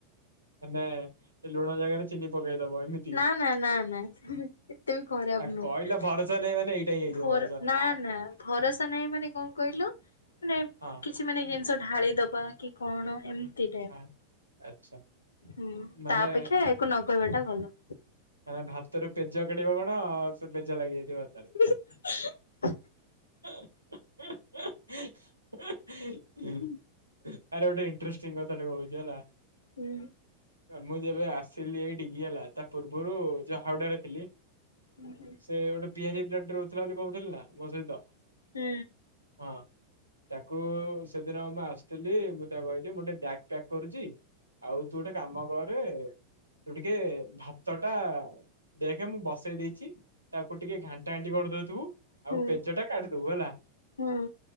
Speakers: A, on the right (about 85°); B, on the left (about 70°).
A: ମାନେ ସେ ଲୁଣ ଜାଗାରେ ଚିନି ପକେଇଦବ, ଏମିତି?
B: ନା, ନା, ନା, ନା, ସେ ଏତେ ବି ଖରାପ
A: ଆ
B: ନୁହଁ।
A: କହିଲ ଭରସା ନାହିଁ ମାନେ ଏଇଟା ହିଁ ହେଇଥିବ
B: ଭର
A: ଭରସା ନାହିଁ
B: ନା
A: ଆ
B: ନା, ଭରସା ନାହିଁ ମାନେ କଣ କହିଲ, ମାନେ କିଛି
A: ହଁ
B: କିଛି ମାନେ ଜିନିଷ ଢାଳି ଦବା, କି କଣ ଏମତି ଟାଇପ୍
A: ହଁ, ଆଚ୍ଛା।
B: ହୁଁ,
A: ମାନେ
B: ତା ଅପେକ୍ଷା ୟାକୁ ନକହିବାଟା ଭଲ।
A: ମାନେ ଭାତରୁ ପେଜ କାଢିବ କଣ ସେ ପେଜ ଲାଗିଯାଇଥିବ ହାତରେ।
B: <unintelligible>
A: ଆରେ ଗୋଟେ ଇନଟ୍ରେଷ୍ଟି କଥା ଟେ କହୁଛି ହେଲା
B: ହୁଁ
A: ମୁଁ ଯେବେ ଆସିଲି ଏଇଠିକି ହେଲା ତା ପୂର୍ବରୁ ଯଉ ହାଉଡା ରେ ଥିଲି।
B: ହୁଁ ହୁଁ।
A: ସେ ଗୋଟେ ବିହାରୀ ପ୍ଲାଟଟେ ରହୁଥିଲା ବୋଲି କହୁଥିଲି ନା ମୋ ସହିତ?
B: ହୁଁ।
A: ହଁ। ତାକୁ ସେଦିନ ମୁଁ ଆସିଥିଲି ମୁଁ ତାକୁ କହିଲି ମୁଁ ଟିକେ ବ୍ୟାଗ୍ ପ୍ୟାକ୍ କରୁଛି। ଆଉ ତୁ ଗୋଟେ କାମ କରେ ତୁ ଟିକେ ଭା ତ ଟା ଦେଖେ ମୁଁ ବସେଇ ଦେଇଛି ତାକୁ ଟିକେ ଘାଣ୍ଟା ଘାଣ୍ଟି କରିଦଉଥିବୁ।
B: ହୁଁ।
A: ଆଉ ପେଜ ଟା କାଢୀଦବୁ ହେଲା।
B: ହୁଁ